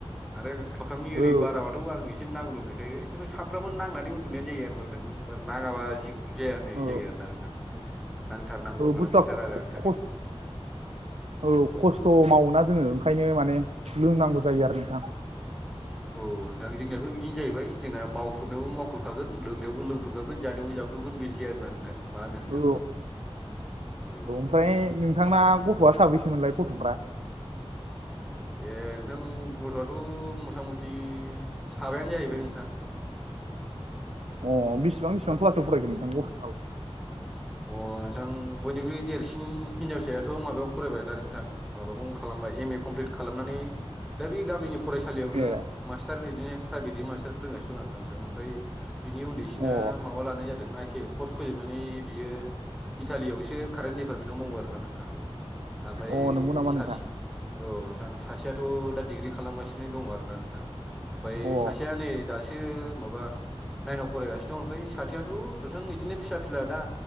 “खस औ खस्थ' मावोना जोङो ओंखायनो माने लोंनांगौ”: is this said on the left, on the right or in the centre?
Right